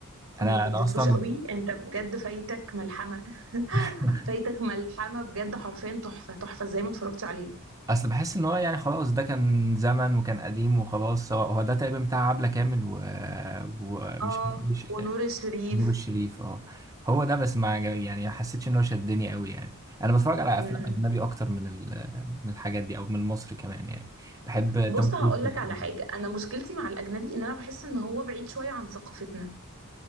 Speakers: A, on the right; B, on the right.
A: ما
B: انا
A: تدتلوش
B: انا اصلا
A: قوي انت بجد فايتك ملحمه <laughs>
B: <laughs>
A: فايتك ملحمه بجد حرفيا تحفه تحفه ازاي ما اتفرجتش عليه
B: اصل بحس ان هو يعني خلاص ده كان زمن وكان قديم وخلاص هو هو ده تقريبا بتاع عبلة كامل و... ومش
A: اه
B: عارف
A: ونور
B: إيه،
A: الشريف
B: نور الشريف اه هو ده بس ما عجب- يعني ما حسيتش ان هو شدني قوي يعني انا بتفرج على
A: امم
B: افلام اجنبي اكتر من ال- من الحاجات دي او من مصر كمان يعني بحب
A: بص
B: توم
A: هقول
B: كروز جداً.
A: لك على حاجه انا مشكلتي مع الاجنبي ان انا بحس ان هو بعيد شويه عن ثقافتنا